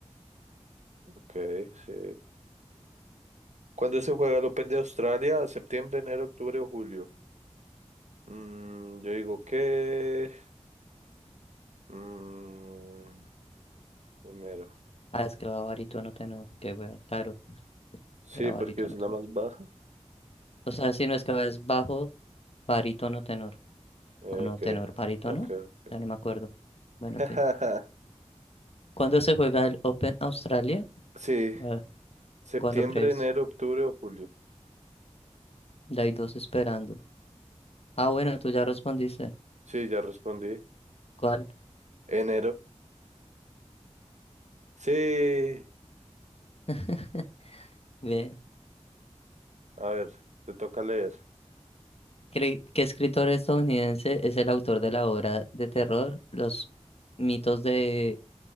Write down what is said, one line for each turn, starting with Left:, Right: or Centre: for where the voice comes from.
Right: Ok, sí. ¿Cuándo se juega el Open de Australia? ¿Septiembre, enero, octubre o julio? Mm, yo digo que mm, enero.
Left: Ah, es que va barítono tenor, qué wea, claro,
Right: Sí,
Left: era barítono
Right: porque es la
Left: tenor.
Right: más baja.
Left: O sea, si no es que va es bajo, barítono tenor,
Right: Eh,
Left: o no
Right: ok,
Left: tenor, barítono,
Right: ok, ok.
Left: ya no me acuerdo. Bueno,
Right: <laughs>
Left: en fin. ¿Cuándo se juega el Open Australia?
Right: Sí,
Left: A ver,
Right: septiembre,
Left: ¿cuándo crees?
Right: enero, octubre o julio.
Left: Ya hay dos esperando. Ah, bueno, tú ya respondiste.
Right: Sí, ya respondí.
Left: ¿Cuál?
Right: Enero. Sí.
Left: <laughs> Bien.
Right: A ver, te toca leer.
Left: Cre- ¿Qué escritor estadounidense es el autor de la obra de terror Los mitos de